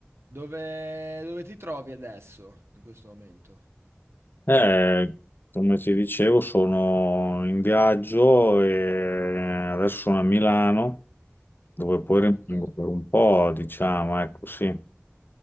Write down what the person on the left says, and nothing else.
Eh, come ti dicevo, sono in viaggio e eh, adesso sono a Milano, dove poi
rimango per un po', diciamo, ecco, sì, è